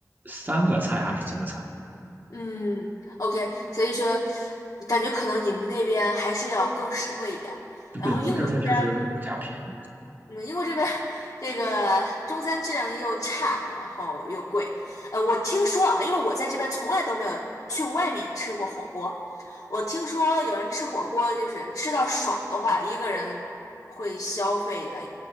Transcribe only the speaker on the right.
三个菜还是几个菜。
对，我们这边确实物价便宜。